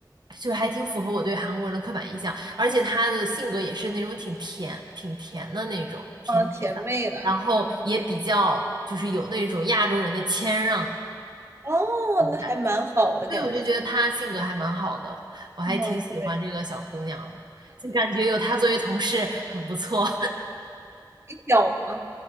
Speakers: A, on the right; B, on the right.
A: 就还挺符合我对韩国人的刻板印象，而且他的性格也是那种挺甜、挺甜的那种，甜甜的，
B: 啊甜妹的。
A: 然后也比较就是有那种亚洲人的谦让
B: 哦，那还蛮好的感觉他。
A: 感，所以我就觉得他性格还蛮好的，我还挺喜欢这个小姑娘的，
B: 嗯，对，
A: 就感觉有她作为同事很不错。
B: 你小吗？